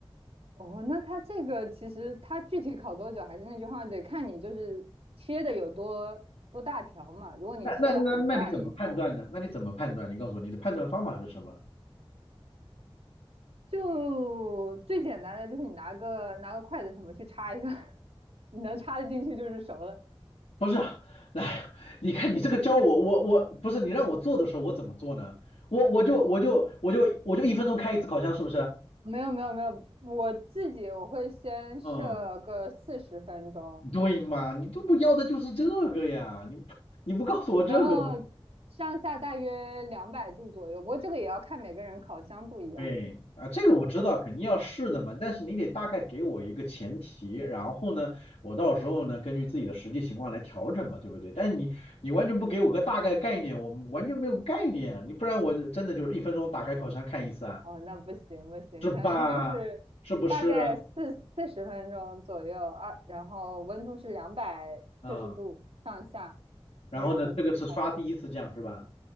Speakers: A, on the right; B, on the left.
A: 哦，那它这个其实它具体烤多久，还是那句话，得看你就是切的有多多大条嘛。如果你切的很大一条，
B: 那那那那你怎么判断呢？那你怎么判断？你告诉我你的判断方法是什么？
A: 就最简单的就是你拿个拿个筷子什么去插一下，<laughs> 你能插得进去就是熟的。
B: 不是啊，来，你看你这个教我，我我不是你让我做的时候我怎么做呢？我我就我就我就我就一分钟开一次烤箱，是不是？
A: 没有没有没有，我自己我会先设个四十分钟，
B: 嗯，对嘛，你都不要的就是这个呀，你你不告诉我这个吗？
A: 然后上下大约两百度左右。不过这个也要看每个人烤箱不一样。
B: 对啊，这个我知道，
A: 就
B: 肯定要试的嘛，但是你得大概给我一个前提，然后呢，我到时候呢根据自己的实际情况来调整嘛，对不对？但是你你完全不给我个大概概念，我完全没有概念，你不然我真的就是一分钟打开烤箱看一次啊，
A: 哦，那不行不行，
B: 是吧？
A: 反正就是大概四四十分钟左右啊，
B: 是不是？
A: 然后温度是两百摄氏度上下
B: 嗯，然后呢，
A: 那样去烤。
B: 这个是刷第一次酱是吧？